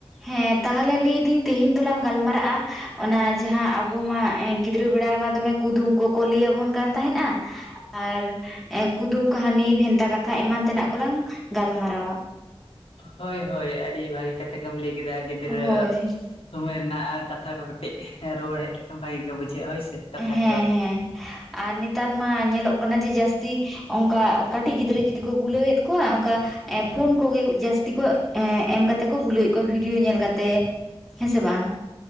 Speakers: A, in the centre; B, on the left (about 80°).
A: ᱦᱮᱸ ᱛᱟᱦᱚᱞᱮ ᱞᱟᱹᱭ ᱫᱟᱹᱧ ᱛᱮᱦᱮᱧ ᱫᱚᱞᱟᱝ ᱜᱟᱞᱢᱟᱨᱟᱜᱼᱟ, ᱚᱱᱟ ᱡᱟᱦᱟᱸ ᱟᱵᱚ ᱢᱟ ᱜᱤᱫᱽᱨᱟᱹ ᱵᱮᱲᱟ ᱨᱮᱢᱟ ᱫᱚᱢᱮ ᱠᱩᱫᱩᱢ ᱠᱚᱠᱚ ᱞᱟᱹᱭ ᱟᱵᱚᱱ ᱠᱟᱱ ᱛᱟᱦᱮᱸᱫ ᱟ ᱾ ᱟᱨ ᱠᱩᱫᱩᱢ ᱠᱟᱹᱦᱱᱤ ᱵᱷᱮᱱᱛᱟ ᱠᱟᱛᱷᱟ ᱮᱢᱟᱱ ᱛᱮᱱᱟᱜ ᱠᱚᱞᱟᱝ ᱜᱟᱞᱢᱟᱨᱟᱣᱟ ᱾
B: ᱦᱳᱭ ᱦᱳᱭ ᱟᱹᱰᱤ ᱵᱷᱟᱹᱜᱤ ᱠᱟᱛᱷᱟ ᱜᱮᱢ ᱞᱟᱹᱭ ᱠᱮᱫᱟ ᱜᱤᱫᱽᱨᱟᱹ
A: ᱦᱳᱭ
B: ᱥᱚᱢᱚᱭ ᱨᱮᱱᱟᱜ ᱠᱟᱛᱷᱟ ᱠᱚ ᱠᱟᱹᱴᱤᱡ ᱨᱩᱣᱟᱹᱲ ᱦᱮᱡ ᱞᱮᱠᱷᱟᱱ ᱵᱷᱟᱜᱤ ᱜᱮ ᱵᱩᱡᱷᱟᱹᱜᱼᱟ ᱦᱳᱭ ᱥᱮ ᱠᱟᱛᱷᱟ
A: ᱦᱮᱸ
B: ᱠᱚ ᱟᱨ
A: ᱦᱮᱸ ᱟᱨ ᱱᱮᱛᱟᱨ ᱢᱟ ᱧᱮᱞᱚᱜ ᱠᱟᱱᱟ ᱡᱮ ᱡᱟᱹᱥᱛᱤ ᱚᱱᱠᱟ ᱠᱟᱹᱴᱤᱡ ᱜᱤᱫᱽᱨᱟᱹ ᱡᱩᱫᱤ ᱠᱚ ᱵᱩᱞᱟᱹᱣ ᱮᱫ ᱠᱚᱣᱟ ᱚᱱᱠᱟ ᱯᱷᱳᱱ ᱠᱚᱜᱮ ᱡᱟᱹᱥᱛᱤ ᱠᱚ ᱮᱢ ᱠᱟᱛᱮᱜ ᱠᱚ ᱵᱩᱞᱟᱹᱣᱮᱫ ᱠᱚᱣᱟ ᱵᱷᱤᱰᱭᱳ ᱧᱮᱞ ᱠᱟᱛᱮ ᱦᱮᱸᱥᱮ ᱵᱟᱝ,